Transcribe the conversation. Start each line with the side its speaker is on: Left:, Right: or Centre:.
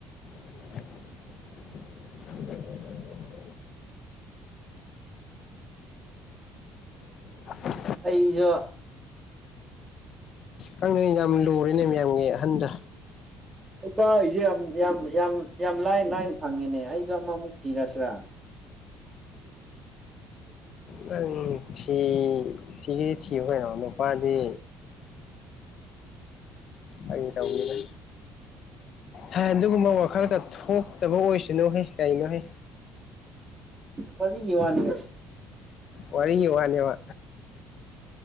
Left: <inaudible> <inaudible> <inaudible>
Right: ꯑꯩꯁꯨ
Left: ꯈꯪꯗꯦ ꯌꯥꯝ ꯂꯨꯔꯦꯅꯦ ꯃꯌꯥꯝꯒꯤ ꯑꯍꯟꯗ
Right: ꯅꯨꯄꯥ ꯒꯤꯁꯦ ꯌꯥꯝ ꯌꯥꯝ ꯌꯥꯝ ꯌꯥꯝ ꯂꯥꯏꯅ ꯂꯥꯏꯅ ꯐꯪꯉꯤꯅꯦ ꯑꯩꯁꯨ ꯑꯃꯃꯨꯛ ꯊꯤꯔꯁꯤꯔꯥ
Left: ꯅꯪ ꯊꯤ ꯊꯤꯒꯤꯗꯤ ꯊꯤꯌꯨ ꯀꯩꯅꯣ ꯅꯨꯄꯥꯗꯤ ꯐꯒꯤ ꯇꯧꯅꯤꯗ ꯍꯥꯏ ꯑꯗꯨꯒꯨꯝꯕ ꯋꯥꯈꯜꯒ ꯊꯣꯛꯇꯕ ꯑꯣꯏꯁꯅꯨ ꯍꯦ ꯀꯩꯅꯣ ꯍꯦ
Right: ꯋꯥꯔꯤꯒꯤ ꯋꯥꯅꯤꯒ
Left: ꯋꯥꯔꯤꯒꯤ ꯋꯥꯅꯦꯕ